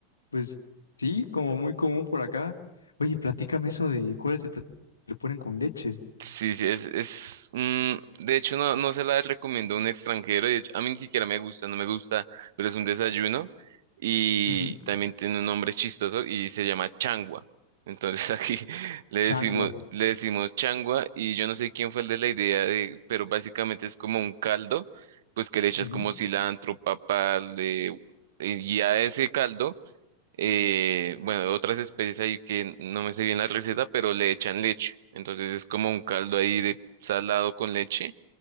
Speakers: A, on the left (about 75°); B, on the right (about 55°).
A: pues sí, como muy común por acá. Oye, platícame eso de cuál es el platillo que le ponen con leche.
B: Sí, sí, es, es mm, de hecho no, no se la recomiendo a un extranjero, de hecho, a mí ni siquiera me gusta, no me gusta, pero es un desayuno y
A: Ujú.
B: también tiene un nombre chistoso y se llama changua. Entonces <laughs> aquí le decimos,
A: Changua.
B: le decimos changua y yo no sé quién fue el de la idea de, pero básicamente es como un caldo, pues que le echas
A: Ujú.
B: como cilantro, papa, le, y a ese caldo eh, bueno, otras especies ahí que no me sé bien la receta, pero le echan leche. Entonces es como un caldo ahí de salado con leche